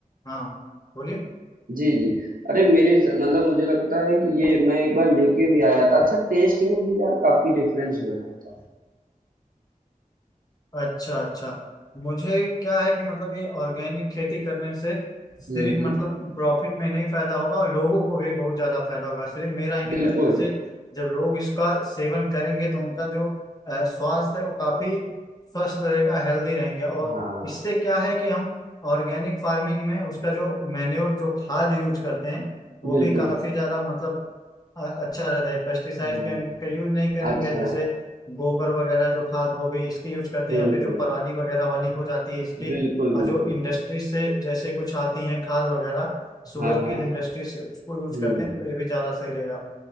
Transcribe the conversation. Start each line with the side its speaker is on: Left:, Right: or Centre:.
Left: हाँ बोलिए
Right: जी, जी। अरे मेरे स मतलब मुझे लगता है कि ये मैं एक बार लेके भी आया था। अच्छा टेस्ट में भी यार काफ़ी डिफरेंस हो जाता
Left: अच्छा अच्छा मुझे क्या है कि मतलब ये ऑर्गेनिक खेती करने से सिर्फ
Right: हुँ, हुँ।
Left: मतलब प्रॉफिट में नहीं फायदा होगा और लोगों को भी बहुत ज्यादा फायदा होगा सिर्फ मेरा ही नहीं
Right: बिल्कुल,
Left: फायदा जैसे जब लोग इसका सेवन करेंगे तो उनका जो अ, स्वास्थ्य है वो काफी स्वस्थ रहेगा हेल्दी रहेंगे और
Right: हाँ,
Left: इससे क्या है कि हम ऑर्गेनिक फार्मिंग में उसका जो मैन्योर जो खाद यूज करते हैं वो
Right: बिल्कुल,
Left: भी काफी ज्यादा मतलब अ- अच्छा रहता है पेस्टिसाइड
Right: हाँ।
Left: के हम का यूज नहीं करेंगे
Right: अच्छा,
Left: जैसे गोबर वगैरह जो खाद हो गई इसकी यूज करते
Right: बिल्कुल,
Left: हैं या फिर जो पराली वगैरह वाली हो जाती है इसकी
Right: बिल्कुल,
Left: और
Right: बिल्कुल।
Left: जो इंडस्ट्री से जैसे कुछ आती है खाद वगैरह शुगर
Right: हाँ,
Left: केन
Right: हाँ।
Left: इंडस्ट्री से उसको यूज
Right: हुँ,
Left: करते हैं तो ये भी ज्यादा सही रहेगा